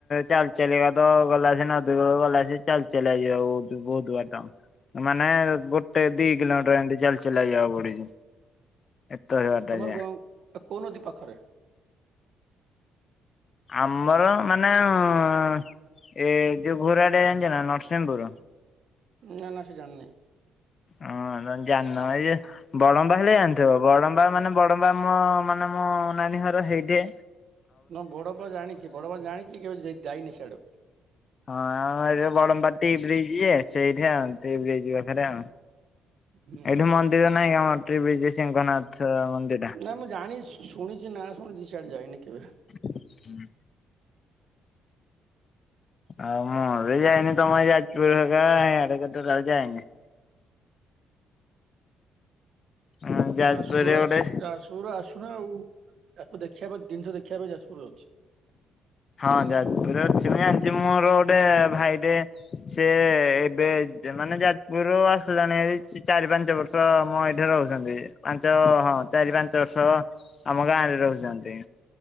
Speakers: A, on the left; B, on the right.
A: ଚାଲି ଚାଲି କାତ ଗଲା ସେ ନ- ଗଲା ଯେ ଚାଲି ଚାଲି ଯିବାକୁ ବହୁତାର ଟ ମାନେ ଗୋଟେ ଦି କିଲୋମିର ଏ ଚାଲି ଚାଲିଯିବାକୁ ପଡୁଛି। ଏତେ ବାଟ
B: ତମର
A: ଯାଏ।
B: କ କଉ ନଦୀ ପାଖରେ?
A: ଆମର ମାନେ ହଁ- ଏ ଯୋଉ ଘୋଡା ଡ୍ୟାମ ଜାଣିଛ ନା ନରସିଂହପୁର।
B: ନା ନା ସେ ଜାନିନାଇଁ।
A: ହଁ ଜ ଜାନ ଭାଇ ଓ ବା ହେିଲ ଜାଣିଥିବ ବଡମ୍ବା ମାନେ ବଡମ୍ବା ଆମ ମାନେ ମୋ ନାନୀ ଘର ହେଇଥେ।
B: ହ ବଡପୁଅ ଜାଣିଛି ବଡପୁଅ ଜାଣିଛି କେଉ ଯାଇନି ଆଡୁ।
A: ହଁ ଆମ ଏଠି ବଡମ୍ବା ଟି ବ୍ରିଜ୍ ଯେ ସେଇଠି ଆଉ ଯାଇ ପାଖରେ ଆଉ
B: ହୁଁ
A: ଏଇଠୁ ମନ୍ଦିର ନାଇଁ ଆମର। ତ୍ରି ବିଜୟସିିଂଙ୍କନାଥ ମନ୍ଦିର
B: ନା ମୁଁ ଜାଣି ଶୁଣିଛି ନା ଶୁଣିଛି ସିଆଡେ ଯାଇନି କେବେ
A: ହୁଁ ଆଉ ମୁଁ ବି ଯାଇନି ତମେ ଯାଜପୁର ହେ ଆଡେ କେ ଯାଇନି। ହଁ ଯାଜପୁରରେ
B: ଯାଜୁର
A: ଗୋଟେ
B: ଆସ ଯାଜୁର ଆସୁନା ଆଉ? ଦେଖିବା ପାଇଁ ଜିନିଷ ଦେଖିବା ପାଇଁ ଯାଜପୁରରେ ଅଛି।
A: ହଁ <unintelligible> ଅଛି ମୁଁ ଜାଣିଛି ମୋର ଗୋଟେ ଭାଇଟେ ସେ ଏବେ ମାନେ ଯାଜପୁରରୁୁ ଆସିଲାଣି ଚାରି ପାଞ୍ଚ ବର୍ଷ ଆମ ଏଇଠି ରହୁଛନ୍ତି ପାଞ୍ଚ ହଁ ଚାରି ପାଞ୍ଚ ବର୍ଷ ଆମ ଗାଁରେ ରହୁଛନ୍ତି।